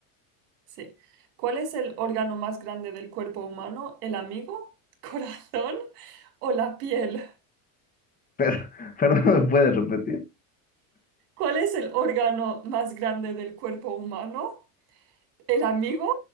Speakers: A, on the right; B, on the left.
A: Sí. ¿Cuál es el órgano más grande del cuerpo humano? ¿El amigo, <laughs> corazón o la piel?
B: Pero, <laughs> perdón, ¿me puedes repetir?
A: ¿Cuál es el órgano más grande del cuerpo humano? ¿El amigo?